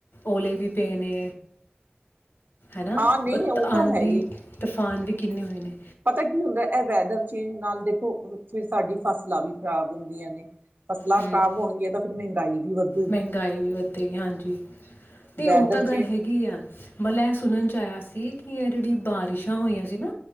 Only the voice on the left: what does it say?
ਓਲੇ ਵੀ ਪਏ ਨੇ ਹਨਾ।
ਆਂਦੀ
ਤੂਫਾਨ ਵੀ ਕਿੰਨੇ ਵਲੇ
ਹੂੰ
ਮਹਿੰਗਾਈ ਵੀ ਵੱਧੇਗੀ ਹਾਂਜੀ। ਨਹੀਂ
ਉਹ ਤਾਂ
ਗੱਲ ਹੈਗੀ ਆ ਮਤਲਬ ਇਹ ਸੁਣਨ ਚ ਆਇਆ ਸੀ। ਇਹ ਕੀ ਹੈ, ਜਿਹੜੀ ਬਾਰਿਸ਼ਾਂ ਹੋਈਆਂ ਸੀ ਨਾ